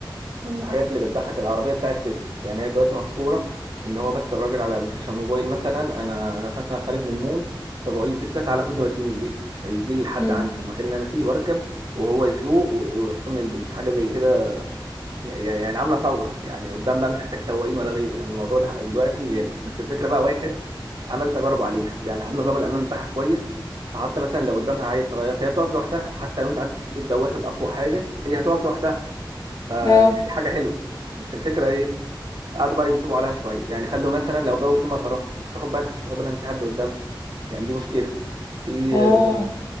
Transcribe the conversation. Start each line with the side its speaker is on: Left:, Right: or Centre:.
Right: من الحاجات اللي بتضحك العربيه بتاعت تسلا يعني هي دلوقتي مشهوره ان هو بس الراجل على ابلكيشن موبايل مثلا انا انا مثلا خارج من المول فبقول لتسلا تعالى خدني وديني البيت فيجي لي لحد
Left: مم.
Right: عندي في المكان اللي انا فيه واركب وهو يسوق و- ويوصلني البيت حاجه زي كده يع- يع- يعني عامله ثوره يعني قدام بقى مش هحتاج سواقين ولا غيره يعني الموضوع لح- دلوقتي جامد بس الفكره بقى واحد عمل تجارب عليها يعني حل نظام الامان بتاعها كويس فحتى مثلا لو قدامها عيل صغير فهي بتقف لوحدها حتى لو انت قعدت تدوس الدواسه باقوى حاجه هي هتقف لوحدها فدي
Left: اه
Right: حاجه حلوه بس الفكره ايه قعدوا بقى ينصبوا عليها شويه يعني خلوا مثلا لو جو فيه مطره مش هتاخد بالها مش هتاخد بالها ان في حد قدامها يعني دي مشكله في
Left: اه
Right: آه،